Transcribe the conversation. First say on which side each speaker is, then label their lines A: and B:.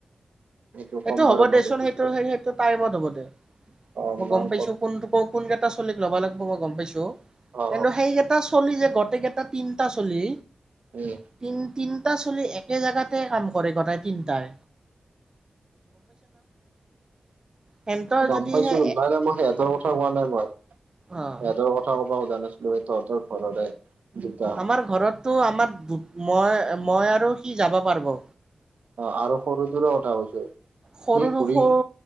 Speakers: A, on the right (about 75°); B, on the right (about 30°).
A: এইটো
B: সেইটো
A: ক'ম
B: হ'ব
A: বাৰু
B: দেচোন,
A: মই তোক পিছত
B: সেইটো-সেইটো টাইমত হ'ব দে
A: অ
B: মই গম পাইছো,
A: ক'ত
B: কোনটো কোন কেইটা ছোৱালীক লব লাগিব মই গম পাইছো।
A: অ
B: কিন্তু সেইকেইটা ছোৱালী যে, গোটেইকেইটাক তিনিটা ছোৱালী
A: উম
B: তিন-তিন এটা ছোৱালী একে জেগাতে কাম কৰে, গোটেই তিনিটাই সেন্তৰ
A: গম
B: যদিহে
A: পাইছোঁ। নাই - নাই। মই সিহঁতৰ কথা কোৱা নাই মই।
B: অ'
A: সিহঁতৰ কথা ক'ব খোজা না তহঁতৰ ঘৰৰে। দুটা
B: আমাৰ ঘৰতটো আমাৰ বু- মই- মই আৰু সি যাব পাৰিব।
A: অ' আৰু সৰুটোৰোঁ কথা কৈছোঁ।
B: সৰুটো
A: সি ঘূৰিল।
B: সৰু